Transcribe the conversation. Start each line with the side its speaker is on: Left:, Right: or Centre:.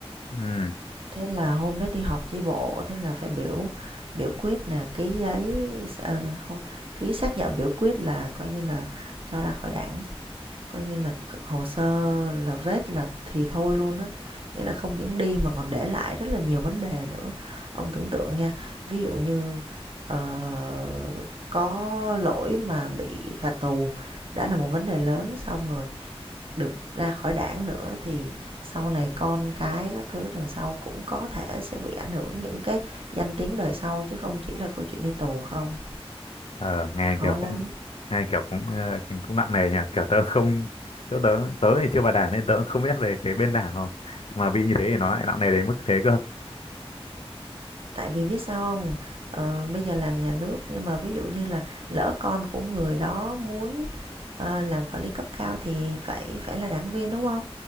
Left: ừ
Right: thế là hôm đó đi họp chi bộ thế là phải biểu biểu quyết là ký giấy ờ, không ký xác nhận biểu quyết là coi như là cho ra khỏi đảng Coi như là hồ sơ là vết là thì thôi luôn á, nghĩa là không những đi mà còn để lại rất là nhiều vấn đề nữa. Ông tưởng tượng nha, ví dụ như, ờ, có lỗi mà bị phạt tù đã là một vấn đề lớn, xong rồi được ra khỏi đảng nữa thì sau này con cái các thứ đằng sau cũng có thể sẽ bị ảnh hưởng những cái danh tiếng đời sau chứ không chỉ là câu chuyện đi tù không.
Left: Ờ, nghe
Right: Khó
Left: kiểu
Right: lắm.
Left: cũng nghe kiểu cũng ờ, cũng nặng nề nhỉ kiểu tớ không tớ tớ tớ thì chưa vào đảng nên tớ cũng không biết về cái bên đảng không mà bị như thế thì nó lại nặng nề đến mức thế cơ
Right: tại vì biết sao không ờ, bây giờ làm nhà nước nhưng mà ví dụ như là lỡ con của người đó muốn ờ, làm quản lý cấp cao thì phải phải là đảng viên đúng không